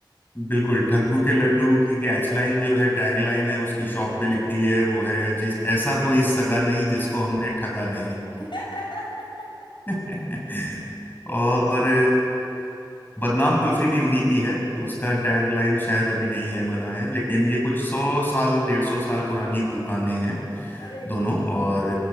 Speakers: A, on the left; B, on the left.
A: बिल्कुल ठग्गू के लड्डू की कैचलाइन जो है टैगलाइन है उसकी शॉप पे लिखी है वो है जिस ऐसा कोई सगा नहीं जिसको हमने ठगा नहीं
B: <laughs>
A: <laughs> और बदनाम कुल्फी भी उन्हीं की है तो उसका टैगलाइन शायद अभी नहीं है बना है लेकिन ये कुछ सौ साल डेढ़ सौ साल पुरानी दुकानें हैं
B: अरे
A: दोनों
B: रे
A: और